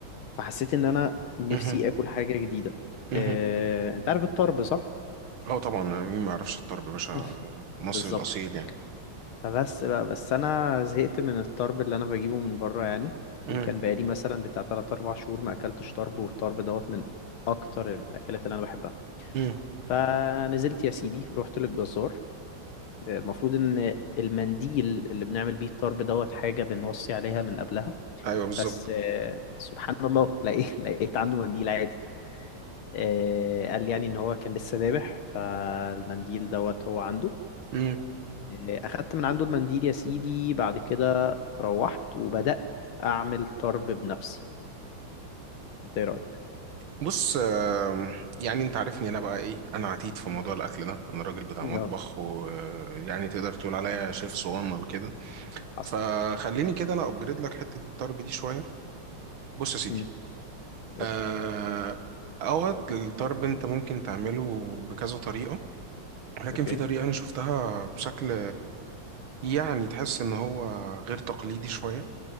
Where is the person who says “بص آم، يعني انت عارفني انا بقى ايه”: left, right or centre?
Right